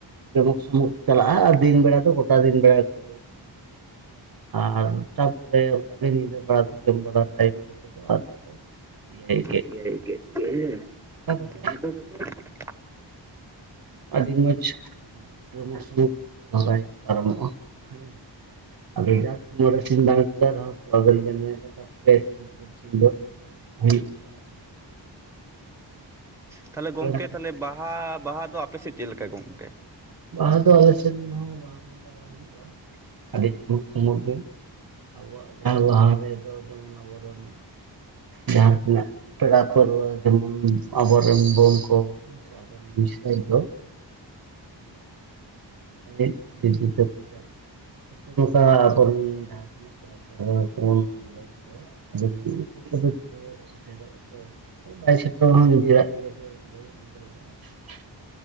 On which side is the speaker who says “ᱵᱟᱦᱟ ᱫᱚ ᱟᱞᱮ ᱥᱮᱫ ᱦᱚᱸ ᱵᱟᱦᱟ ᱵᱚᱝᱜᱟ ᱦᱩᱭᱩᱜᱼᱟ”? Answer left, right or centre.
Right